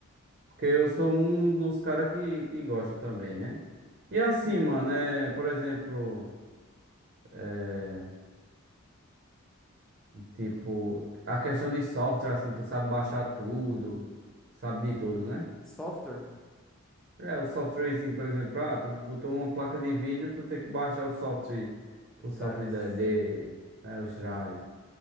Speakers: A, on the right (about 50°); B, in the centre.
A: Porque eu sou um dos caras que, que gosta também, né? E assim, mano, é, por exemplo, é, tipo, a questão de software, assim, tu sabe baixar tudo, sabe de tudo, né?
B: Software,
A: É, o softwarezinho, por exemplo, ah, tu botou uma placa de vídeo, tu tem que baixar o software,
B: os
A: o software
B: drivers.
A: de- dele, é, os drive,